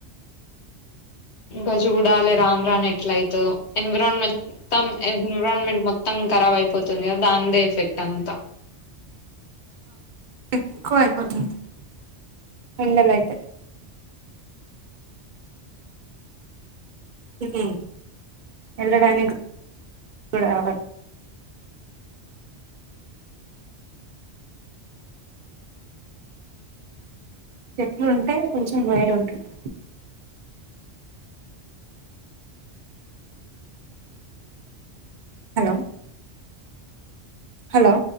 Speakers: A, on the left (about 70°); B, on the right (about 50°).
A: ఇంకా చూడాలి రాని రాని ఎట్ల అవుతుందో ఎన్విరాన్మెంట్ మొత్తం ఎన్విరాన్మెంట్ మొత్తం ఖరాబ్ అయిపోతుంది దాని దే ఎఫెక్ట్ అంతా
B: ఎక్కువ అయిపోతుంది ఎండలయితే ఇది వెళ్ళడానికి రావాలి. చెట్లు ఉంటే కొంచెం వైర్ ఉంటుంది. Hello hello